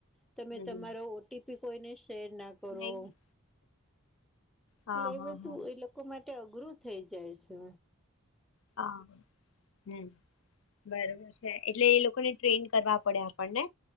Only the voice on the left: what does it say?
હમ
નહી
હા
હા
હા
હ, હમ્મ. બરોબર છે, એટલે એ લોકો ને ટ્રેન કરવા પડે, આપણને